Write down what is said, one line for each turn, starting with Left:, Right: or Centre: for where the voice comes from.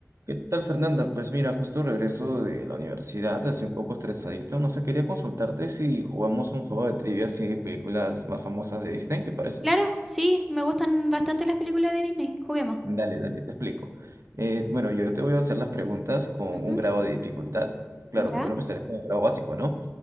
Right: ¿Qué tal, Fernanda? Pues mira, justo regreso de la universidad, así un poco estresadito. No sé, quería consultarte si jugamos un juego de trivia así de películas más famosas de Disney, ¿te parece?
Centre: Claro, sí, me gustan bastante las películas de Disney. Juguemos.
Right: Dale, dale, te explico. Eh, bueno, yo te voy a hacer las preguntas con un
Centre: Ujú,
Right: grado de dificultad. Claro,
Centre: Ya,
Right: primero empezaré con el grado básico, ¿no?